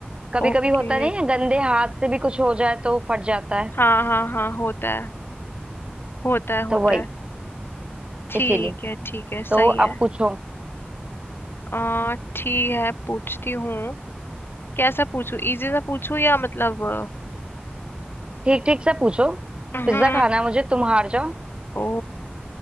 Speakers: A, on the right; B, on the left.
A: कभी
B: ओके
A: कभी होता नहीं है गंदे हाथ से भी कुछ हो जाए तो फट जाता है
B: हाँ हाँ हाँ होता है होता है होता
A: तो वही
B: है ठीक
A: इसीलिए
B: है ठीक है
A: तो
B: सही
A: अब
B: है
A: पूछो
B: आ ठीक है पूछती हूँ कैसा पूछूं इजी सा पूछूं या मतलब
A: ठीक ठीक से पूछो
B: अ, हम्म
A: पिज्जा खाना है मुझे तुम हार जाओ
B: ओ